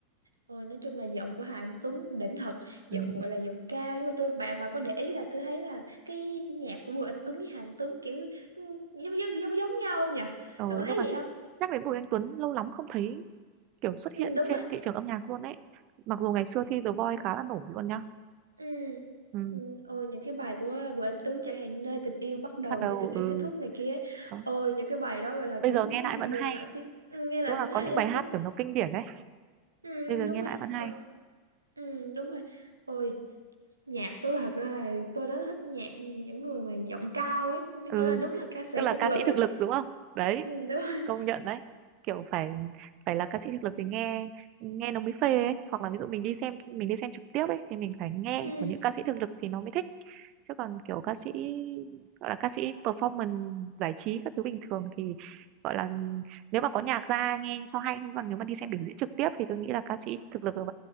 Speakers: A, on the right; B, on the right.
A: ờ, nói chung là giọng của Hà Anh Tuấn đỉnh thật
B: ừ.
A: giọng gọi là giọng cao nhưng mà tôi bà bà có để ý là tôi thấy là cái nhạc của Bùi Anh Tuấn với Hà Anh Tuấn kiểu ừ, giống giống giống giống nhau không nhỉ
B: ờ,
A: bà có
B: nhưng
A: thấy
B: mà
A: vậy không
B: nhắc đến Bùi Anh Tuấn lâu lắm không thấy kiểu xuất hiện
A: ừ đúng
B: trên
A: rồi
B: thị trường âm nhạc luôn ấy mặc dù ngày xưa thi The Voice khá là nổi luôn nhá
A: Ừ.
B: ừ.
A: Ừ, Ôi những cái bài của Bùi Anh Tuấn chẳng hạn nơi tình yêu bắt đầu
B: bắt đầu
A: nơi tình yêu
B: ừ
A: kết thúc này kia ấy.
B: đó.
A: Ôi những cái bài đó gọi là
B: bây
A: cũng
B: giờ nghe lại vẫn
A: gần
B: hay
A: nổi tiếng ừ, nghe lại
B: đúng
A: vẫn
B: là
A: hay
B: có những bài hát
A: cũng
B: kiểu nó kinh điển đấy
A: ừ,
B: bây giờ
A: đúng
B: nghe
A: rồi
B: lại vẫn hay
A: Ôi, ừ, đúng rồi ôi nhạc tôi là thật ra là tôi rất thích nhạc những người mà giọng cao ấy
B: ừ
A: gọi là đúng là ca sĩ
B: tức là
A: thực
B: ca
A: lực
B: sĩ thực
A: ấy
B: lực đúng không đấy
A: ừ, đúng rồi
B: công nhận đấy kiểu phải phải là ca sĩ thực lực thì nghe nghe nó mới phê ấy hoặc là ví dụ mình đi xem mình đi xem trực tiếp ấy thì mình phải nghe
A: ừ.
B: của những ca sĩ thực lực thì nó mới thích chứ còn kiểu ca sĩ gọi là ca sĩ performance giải trí các thứ bình thường thì gọi là nếu mà có nhạc ra nghe cho hay thôi còn nếu mà đi xem biểu diễn trực tiếp thì tôi nghĩ là ca sĩ thực lực vẫn